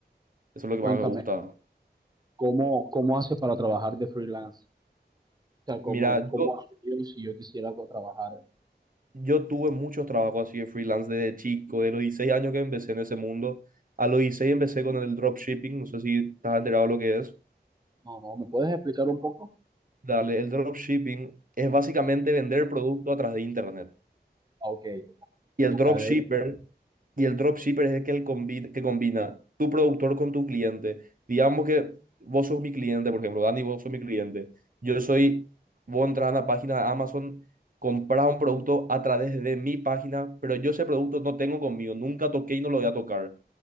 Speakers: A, on the right; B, on the right.
A: Eso es lo que
B: Cuéntame,
A: más me gusta.
B: ¿cómo, cómo haces para trabajar de freelance? O sea, ¿cómo,
A: Mira,
B: cómo
A: yo,
B: haces yo si yo quisiera co- trabajar?
A: yo tuve muchos trabajos así de freelance desde chico, de los 16 años que empecé en ese mundo. A los 16 empecé con el dropshipping, no sé si estás enterado de lo que es.
B: No, no, ¿me puedes explicar un poco?
A: Dale, el dropshipping es básicamente vender producto a través de internet.
B: Ah, ok,
A: Y
B: mercadeo
A: el dropshipper, y el dropshipper es el que, el combi- que combina tu productor con tu cliente. Digamos que vos sos mi cliente, por ejemplo, Dani, vos sos mi cliente. Yo soy, vos entras a la página de Amazon, compras un producto a través de mi página, pero yo ese producto no tengo conmigo, nunca toqué y no lo voy a tocar.